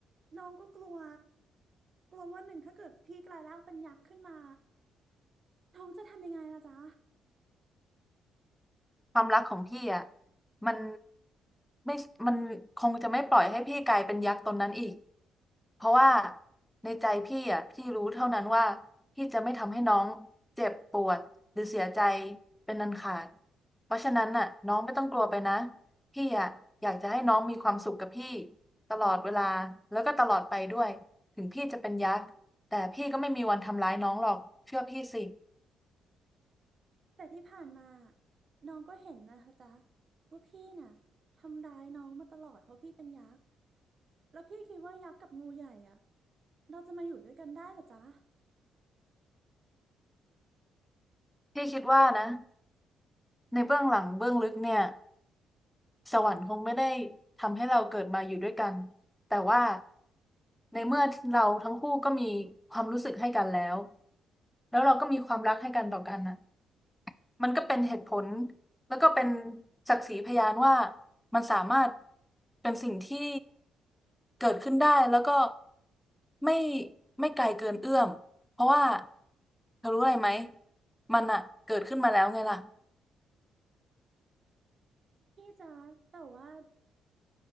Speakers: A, on the right (about 40°); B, in the centre.
A: น้องก็กลัวกลัวว่าหนึ่งถ้าเกิดพี่กลายร่างเป็นยักษ์ขึ้นมาน้องจะทำยังไงล่ะจ๊ะ
B: ความรักของพี่อ่ะมันไม่มันคงจะไม่ปล่อยให้พี่กลายเป็นยักษ์ตนนั้นอีกเพราะว่าในใจพี่อ่ะพี่รู้เท่านั้นว่าพี่จะไม่ทำให้น้องเจ็บปวดหรือเสียใจเป็นอันขาดเพราะฉะนั้นน่ะน้องไม่ต้องกลัวไปนะพี่อ่ะอยากจะให้น้องมีความสุขกับพี่ตลอดเวลาแล้วก็ตลอดไปด้วยถึงพี่จะเป็นยักษ์แต่พี่ก็ไม่มีวันทำร้ายน้องหรอกเชื่อพี่สิ
A: แต่ที่ผ่านมาน้องก็เห็นนะคะจ๊ะว่าพี่น่ะทำร้ายน้องมาตลอดเพราะพี่เป็นยักษ์แล้วพี่คิดว่ายักษ์กับงูใหญ่อ่ะเราจะมาอยู่ด้วยกันได้เหรอจ๊ะ
B: พี่คิดว่านะในเบื้องหลังเบื้องลึกเนี่ย สวรรค์คงไม่ได้ทำให้เราเกิดมาอยู่ด้วยกัน แต่ว่าในเมื่อเราทั้งคู่ก็มีความรู้สึกให้กันแล้วแล้วเราก็มีความรักให้กันต่อกันนะมันก็เป็นเหตุผลแล้วก็เป็นศักดิ์ศรีพยานว่ามันสามารถเป็นสิ่งที่เกิดขึ้นได้แล้วก็ไม่ไม่ไกลเกินเอื้อมเพราะว่าเธอรู้อะไรไหมมันอะเกิดขึ้นมาแล้วไงล่ะ
A: พี่จ๊ะแต่ว่า